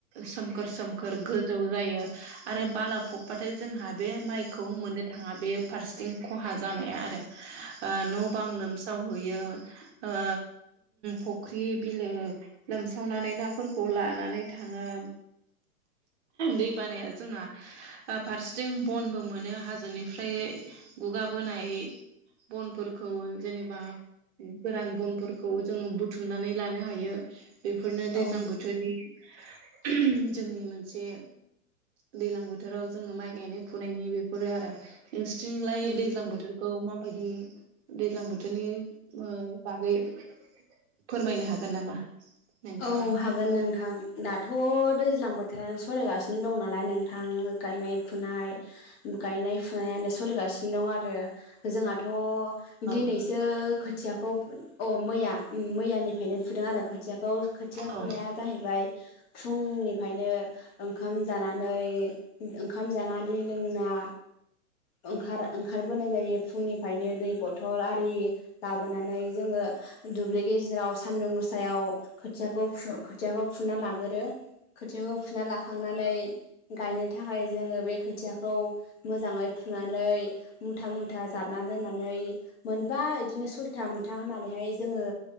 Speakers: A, on the right; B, on the left.
A: सोमखोर सोमखोर जौ जायो आरो बाला फबबाथाय जोंहा बे माइखौ मोननो थाङा बे फारसेथिं खहा जानाया आरो
B: औ
A: न'
B: औ
A: बां लोमसावहैयो ओ फख्रि बिलो लोमसावनानै नाफोरखौ लानानै थाङो दै बानाया जोंना फारसेथिं बनबो मोनो हाजोनिफ्राय गुगाबोनाय बनफोरखौ जेनेबा गोरान बनफोरखौ जोङो बुथुमनानै लानो हायो बेफोरनो
B: औ
A: दैज्लां बोथोरनि जोंनि मोनसे दैलां बोथोराव जोङो माइ गायनाय फुनायनि बेफोरो आरो नोंसोरथिंलाय
B: औ
A: दैज्लां बोथोरखौ मा बायदि दैज्लां बोथोरनि ओ बागै फोरमायनो हागोन नामा? नोंथाङा?
B: औ हा- गोन नोंथां दाथ' दैज्लां बोथोरानो सलिगासिनो दं नालाय नोंथां गायनाय फुनाय गायनाय फुनायानो सोलिगासिनो दं आरो जोंहाथ'
A: औ
B: दिनैसो खोथियाखौ अ मैया मैयानिफ्रायनो फुदों आरो खोथियाखौ खोथिया
A: औ
B: फुनाया जाहैबाय फुंनिफ्रायनो ओंखाम जानानै ओंखाम जानानै दै लोंना ओंखार ओंखारबोनाय जायो फुंनिफ्रायनो दै बथल आरि लाबोनानै जोंङो दुब्लि गेजेराव सानदुं गोसायाव खोथिया खोथियाखौ फुना लाग गोरो खोथियाखौ फुना लाखांनानै गायनो थाखाय जोंङो बे खोथियाखौ मोजांङै फुनानै मुथा मुथा जाबना दोननानै मोनबा बिदिनो सयथा मुथा होनानैहाय जोंङो